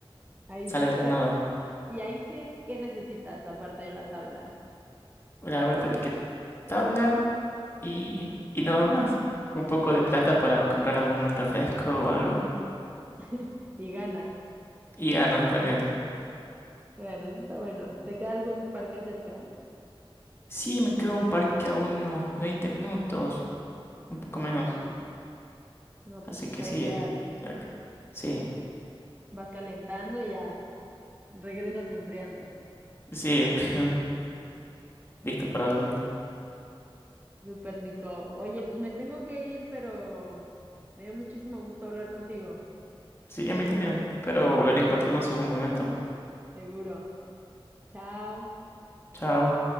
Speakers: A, on the right; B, on the left.
A: Ahí
B: sale
A: sí.
B: de la
A: Pero,
B: nada.
A: ¿y, y ahí qué, qué necesitas aparte de la tabla?
B: La verdad que tabla y, y nada más. Un poco de plata para comprar algún refresco o algo.
A: Ajá. <laughs> Y ganas.
B: Y ganas también.
A: Bueno, eso está bueno. ¿Te queda algún parque cerca?
B: Sí, me quedo en parque a unos 20 minutos, un poco
A: Ah,
B: menos.
A: bueno. No, pues
B: Así
A: está
B: que sí,
A: ideal.
B: es cerca. Sí,
A: Vas calentando y ya regresas enfriando.
B: sí, <laughs> listo para dormir.
A: Súper, Nico. Oye, pues me tengo que ir, pero me dio muchísimo gusto hablar contigo.
B: Sí, a mí también. Espero volver a encontrarnos algún momento.
A: Seguro. Chao.
B: Chao.